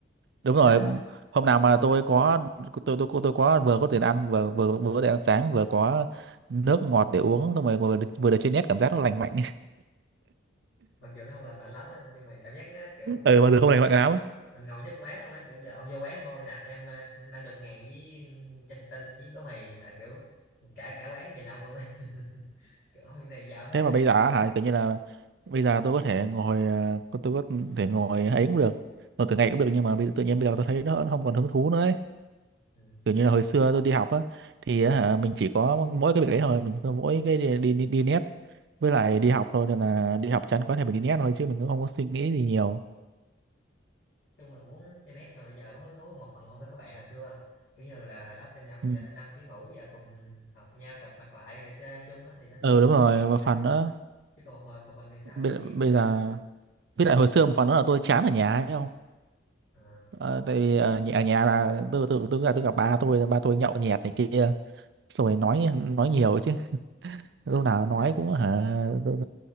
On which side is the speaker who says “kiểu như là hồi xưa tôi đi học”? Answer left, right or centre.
Right